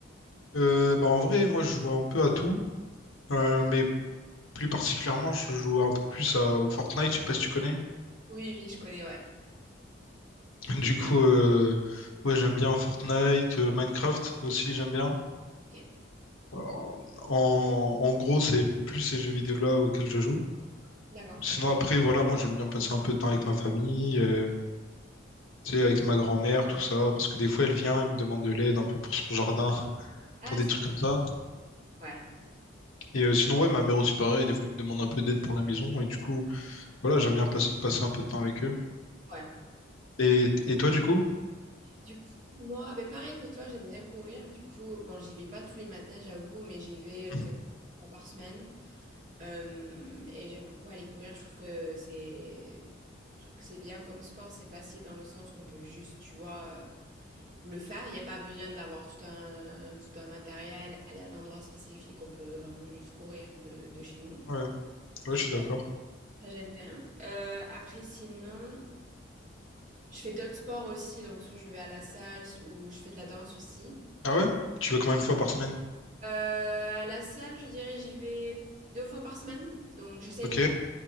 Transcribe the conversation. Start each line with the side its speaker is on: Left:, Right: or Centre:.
Left: Euh, bah en vrai, moi, je joue un peu à tout, euh, mais plus particulièrement, je joue un peu plus à Fortnite. Je sais pas si tu connais.
Right: Oui, oui, je connais, ouais.
Left: <laughs> Du coup, euh, ouais, j'aime bien Fortnite, euh, Minecraft aussi, j'aime bien.
Right: Ok.
Left: Alors, En, en gros, c'est plus ces jeux vidéo-là auxquels je joue.
Right: D'accord.
Left: Sinon, après, voilà, moi, j'aime bien passer un peu de temps avec ma famille, euh, tu sais, avec ma grand-mère, tout ça, parce que des fois, elle vient et me demande de l'aide un peu pour son jardin, <laughs>
Right: Ah,
Left: pour des
Right: c'est
Left: trucs comme ça.
Right: Ouais,
Left: Et euh, sinon, ouais, ma mère aussi pareil, des fois elle me demande un peu d'aide pour la maison, et du coup, voilà, j'aime bien passer, passer un peu de temps avec eux.
Right: ouais.
Left: Et, et toi, du coup?
Right: Du coup, moi, ben pareil que toi, j'aime bien courir. Du coup, bon, j'y vais pas tous les matins, j'avoue, mais j'y vais
Left: Mhm.
Right: peut-être une fois par semaine. Euh, et j'aime beaucoup aller courir. Je trouve que c'est, je trouve que c'est bien comme sport. C'est facile dans le sens qu'on peut juste, tu vois, euh, le faire. Il n'y a pas besoin d'avoir tout un, tout un matériel, aller à un endroit spécifique. On peut vraiment juste courir de, de chez nous.
Left: Ouais,
Right: Du
Left: ouais, je
Right: coup,
Left: suis d'accord.
Right: ça j'aime bien. Euh, après, sinon, je fais d'autres sports aussi. Donc, soit je vais à la salle ou je fais de la danse aussi.
Left: Ah ouais? Tu vas combien de fois par semaine?
Right: Euh, à la salle, je dirais, j'y vais deux fois par semaine. Donc, j'essaye
Left: Ok,
Right: de.